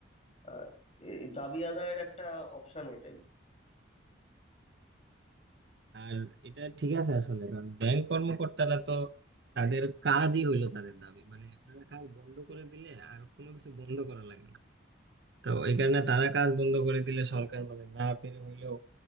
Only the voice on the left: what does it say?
আহ, এই দাবি আদায়ের একটা অপশন এটাই